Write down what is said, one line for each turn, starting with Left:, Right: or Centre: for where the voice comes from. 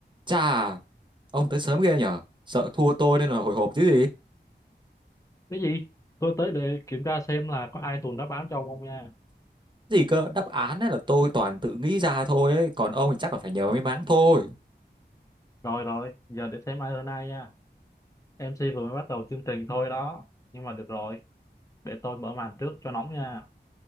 Right: Chà, ông tới sớm ghê nhở? Sợ thua tôi nên là hồi hộp chứ gì?
Left: cái gì tôi tới để kiểm tra xem là có ai tuần đáp án cho ông không nha
Right: Gì cơ, đáp án ấy là tôi toàn tự nghĩ ra thôi ấy, còn ông thì chắc là phải nhờ may mắn thôi.
Left: rồi rồi giờ để xem ai hơn ai nha MC vừa mới bắt đầu chương trình thôi đó nhưng mà được rồi để tôi mở màn trước cho nóng nha